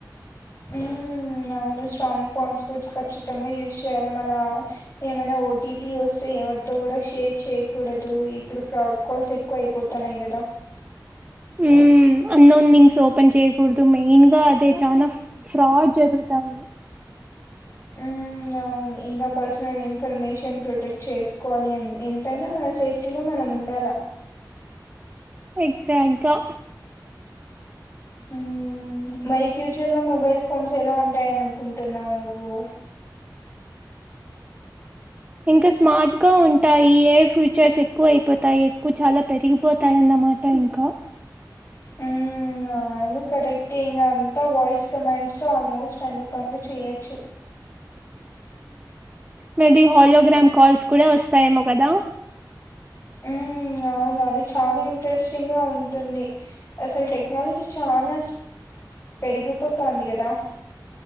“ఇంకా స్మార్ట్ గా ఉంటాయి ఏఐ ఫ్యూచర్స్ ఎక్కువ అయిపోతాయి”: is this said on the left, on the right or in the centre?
Right